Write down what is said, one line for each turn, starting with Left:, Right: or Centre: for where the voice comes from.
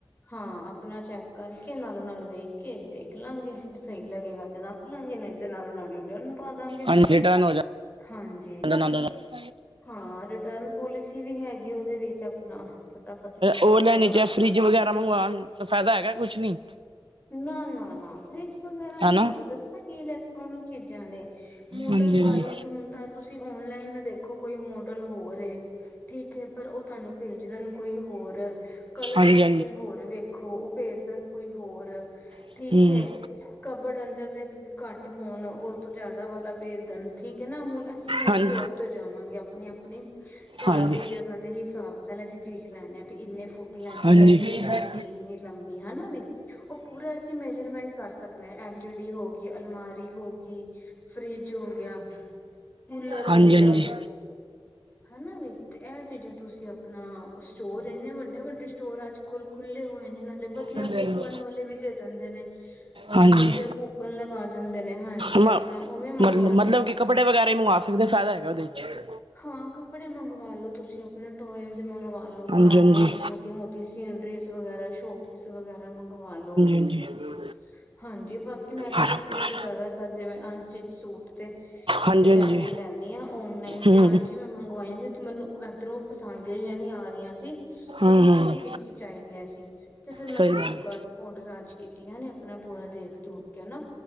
Left: ਹਾਂ ਆਪਣਾ ਚੈੱਕ ਕਰਕੇ ਨਾਲੋਂ ਨਾਲ ਵੇਖ ਕੇ ਦੇਖ ਲਾਂਗੇ ਸਹੀ ਲੱਗੇਗਾ ਤੇ ਰੱਖ ਲਾਂਗੇ ਨਹੀਂ ਤੇ ਨਾਲੋਂ ਨਾਲ ਰਿਟਰਨ ਪਾ ਦਾਂਗੇ
Right: ਹਾਂਜੀ ਰਿਟਰਨ ਹੋ
Left: ਹਾਂਜੀ
Right: ਜਾਂਦਾ ਨਾਲ ਨਾਲ
Left: ਹਾਂ ਰਿਟਰਨ ਪੋਲਿਸੀ ਵੀ ਹੈਗੀ ਉਹਦੇ ਵਿੱਚ ਆਪਣਾ ਫਟਾਫਟ ਜੋ ਉਹ
Right: ਔਨਲਾਈਨ
Left: ਨਾਲੋਂ
Right: ਵਿੱਚ
Left: ਨਾਲ
Right: ਫਰਿੱਜ
Left: ਕਰਲੋ
Right: ਵਗੈਰਾ
Left: ਤੁਸੀਂ
Right: ਮੰਗਵਾਉਣ ਦਾ ਫਾਇਦਾ ਹੈਗਾ ਕੁਛ ਨਹੀਂ
Left: ਨਾ ਨਾ ਨਾ ਫਰਿਜ ਵਗੈਰਾ ਨਹੀਂੀ
Right: ਹਨਾ
Left: ਹੋਗਾ ਦੱਸਾਂ ਕਿ ਇਲੈਕਟ੍ਰੋਨਿਕ ਚੀਜ਼ਾਂ ਨੇ ਮੋਡਲ
Right: ਹਾਂਜੀ
Left: ਵਾਈਜ਼
Right: ਹਾਂਜੀ
Left: ਹੁਣ ਤਾਂ ਤੁਸੀਂ ਓਨਲਾਈਨ ਦੇਖੋ ਕੋਈ ਮੋਡਲ ਹੋਰ ਠੀਕ ਹੈਏ ਪਰ ਉਹ ਤੁਹਾਨੂੰ ਭੇਜ ਦੇਣ ਕੋਈ ਹੋਰ ਕਲਰ
Right: ਹਾਂਜੀ
Left: ਤੁਸੀਂ ਕੋਈ ਹੋਰ ਵੇਖੋ ਉਹ ਭੇਜ ਦੇਣ ਕੋਈ ਹੋਰ
Right: ਹਾਂਜੀ
Left: ਠੀਕ ਏ ਕਬਡ ਅ ੱਧਰ ਤੇ ਘੱਟ ਹੋਣ ਉਹ ਤੋਂ ਜ਼ਿਆਦਾ ਵਾਲਾ ਭੇਦਨ ਠੀਕ ਹੈ ਨਾ ਹੁਣ ਅਸੀਂ ਹੁਣ
Right: ਹਮ
Left: ਜੋਬ ਤੋਂ ਜਾਵਾਂਗੇ ਆਪਣੇ ਆਪਣੇ ਘਰ
Right: ਹਾਂਜੀ
Left: ਦੀ
Right: ਹਾਂਜੀ
Left: ਜਗ੍ਹਾ ਤੇ ਹੀ ਹਿਸਾਬ ਨਾਲ ਅਸੀਂ ਚੀਜ਼ ਲੈਦੇ ਹਾਂ ਵੀ ਇੰਨੇ ਫੁੱਟ ਲੈਣੀ
Right: ਹਾਂਜੀ
Left: ਹੈ ਇੰਨੀ ਛੋਟੀ
Right: ਹਾਂਜੀ
Left: ਇੰਨੀ ਲੰਬੀ ਹਨਾ ਵੀ ਉਹ ਪੂਰਾ ਅਸੀਂ ਮੇਜਰਮੈਂਟ ਕਰ ਸਕਦੇ ਹ ਐਲਈ ਡੀ ਹੋ ਗਈ ਅਲਮਾਰੀ ਹੋ ਗ ਫਰਿਜ ਹੋ ਗਿਆ ਕੂਲਰ ਹੋ
Right: ਹਾਂਜੀ
Left: ਗਿਆ
Right: ਹਾਂਜੀ
Left: ਹਨਾ ਵੀ ਤੇ ਇਹ ਚੀਜ਼ਾਂ ਤੁਸੀਂ ਆਪਣਾ ਸਟੋਰ ਇੰਨੇ ਵੱਡੇ ਵੱਡੇ ਸਟੋਰ ਅੱਜ ਕੋਲ ਖੁੱਲੇ ਹੋਏ ਨੇ ਨਾਲੇ ਵਧੀਆ
Right: ਹਾਂਜੀ
Left: ਕੂਪਨ
Right: ਹਮ।
Left: ਵਾਲੇ ਵੀ ਦੇ ਦਿੰਦੇ ਨੇ
Right: ਹਾਂਜੀ
Left: ਵਧੀਆ ਕੂਪਨ ਲਗਾ ਦਿੰਦੇ ਨੇ ਹਾਂਜੀ
Right: ਮ
Left: ਆਪਣਾ ਉਹਵੇ ਮੰਗ
Right: ਮਤਲ ਮਤਲਬ ਕਿ ਕੱਪੜੇ ਵਗੈਰਾ ਹੀ ਮੰਗਵਾ ਸਕਦੇ ਫਾਇਦਾ ਹੈਗਾ ਉਹਦੇ ਵਿੱਚ
Left: ਹਾਂ ਕੱਪੜੇ ਮੰਗਵਾ ਲੋੋ ਤੁਸੀਂ ਆਪਣੇ ਟੋਏਜ਼ ਮੰਗਵਾ ਓਹ
Right: ਹਾਂਜੀ
Left: ਘਰ
Right: ਹਾਂਜੀ
Left: ਦੀਆਂ ਛੋਟੀ ਮੋਟੀ ਸੀਨਰੀਜ਼ ਵਗੈਰਾ ਸ਼ੋਪੀਸ ਵਗੈਰਾ ਮੰਗਵਾ ਲੋ
Right: <unintelligible>
Left: <unintelligible> ਹਾਂਜੀ ਬਾਕੀ ਮੈਂ ਤਾਂ
Right: ਹਾਂਜੀ
Left: ਕੱਪੜੇ ਬਜ਼ਾਰਾ ਤਾਂ ਜਿਵੇਂ ਅਨਸਟਿਚ ਸੂਟ ਤੇ
Right: ਹਾਂਜੀ
Left: ਬਾਜ਼ਾਰੋਂ
Right: ਹਾਂਜੀ
Left: ਹੀ ਲੈਣਾ ਔਨਲਾਈਨ
Right: ਹੂੰ
Left: ਤੇ ਅੱਜ ਹੀ ਮੈਂ ਮੰਗਵਾਈਆ ਜੋ ਕਿ ਮੈਨੂੰ ਇਧਰੋਂ ਪਸੰਦ ਨੀ ਆ ਰਹੀਆਂ ਸੀ
Right: ਹੂੰ
Left: ਮੈਨੂੰ ਠੀਕ
Right: ਹੂੰ
Left: ਠੀਕ ਜੀ ਚਾਹੀਦੀਆਂ ਸੀ ਤੇ ਫੇਿਰ
Right: ਸਹੀ
Left: ਮੈਂ ਫਲਿੱਪ
Right: ਗੱਲ ਹੈ
Left: ਘਰ <unintelligible> ਆਂ ਨੇ ਆਪਣਾ ਪੂਰਾ ਦੇਖ ਦੂਖ ਕੇ ਹਨਾ